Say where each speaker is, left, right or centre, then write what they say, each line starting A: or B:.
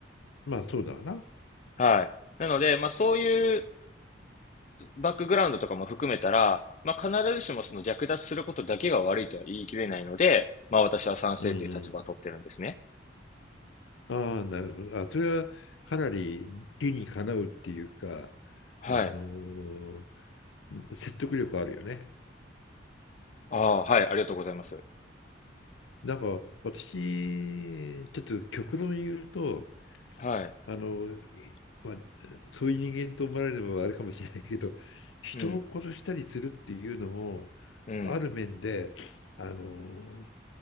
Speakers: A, on the left (about 80°); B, on the left (about 40°).
A: まあ、そうだな。
B: はい。なので、まあ、そういうバックグラウンドとかも含めたら、まあ、必ずしもその略奪することだけが悪いとは言い切れないので、まあ、私は賛成という立場を取ってるんですね。
A: うんうん。ああ、なるほど。あ、それはかなり理にかなうっていうか、
B: はい。
A: あのー説得力あるよね。
B: ああ、はい、ありがとうございます。
A: なんか私、ちょっと極論言うと、
B: はい。
A: あの、いまあ、そういう人間と思われるのはあれかもしれないけど、人を殺したりするっていうのも、
B: うん、うん、
A: ある面で、あの